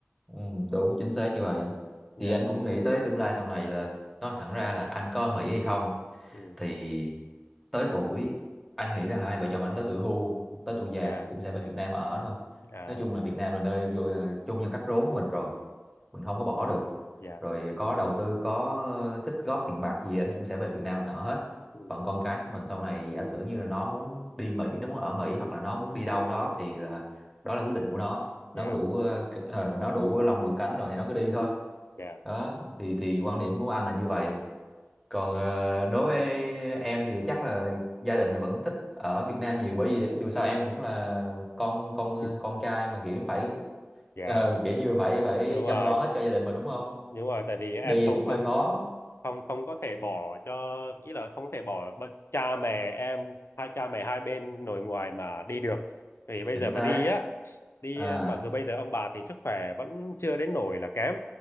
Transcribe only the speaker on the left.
Ừ.
dạ
ừ,
dạ
dạ
à
dạ
ừ,
dạ
dạ
ừ,
dạ
đúng rồi
đúng rồi tại vì em
không
không
không không có thể bỏ cho ý là không thể bỏ bất- cha mẹ em hai cha mẹ hai bên nội ngoại mà đi được vì bây
giờ
mà đi á đi
mặc dù bây giờ ông bà thì sức khỏe vẫn chưa đến nỗi là kém